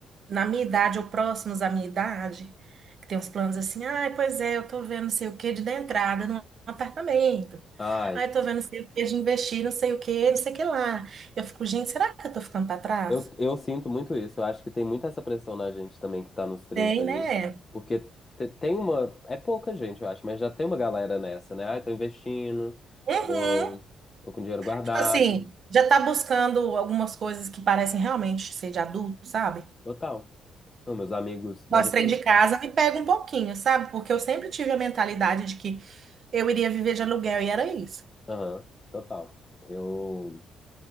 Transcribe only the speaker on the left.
Ai,
Eu, eu sinto muito isso. Eu acho que tem muita essa pressão na gente também que tá nos trinta
aí.
Porque te- tem uma. É pouca gente, eu acho, mas já tem uma galera nessa, né? Ai, tô investindo,
tô, tô com dinheiro guardado.
Total. Não, meus amigos. Mas
eu
também.
Aham, total. Eu.